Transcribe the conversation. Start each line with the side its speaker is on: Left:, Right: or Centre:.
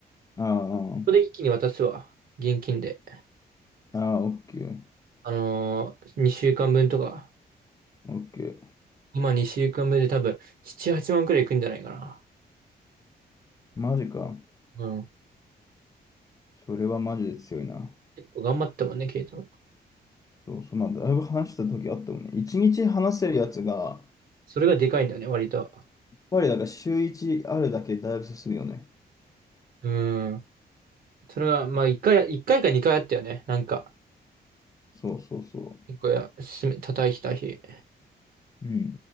Left: あ
Right: こで一気に渡すわ。現金で。
Left: あ、ああ、オッケー、
Right: あのー、2週間分とか。
Left: オッケー。
Right: 今2週間分で多分、7、8万くらいいくんじゃないかな。
Left: マジか。
Right: うん。
Left: それはマジで強いな。
Right: 結構頑張ったもんね、ケイトも。
Left: そうそう、まあ、だいぶ話した時あったもんね。一日話せるやつが、やっ
Right: それがでかいんだよね、割と。
Left: ぱりだから週一あるだけでだいぶ進むよね。
Right: うん。それが、まあ、一回、一回か二回あったよね。なんか、
Left: そうそうそ
Right: 結構や、すめ叩いた日。
Left: う。うんう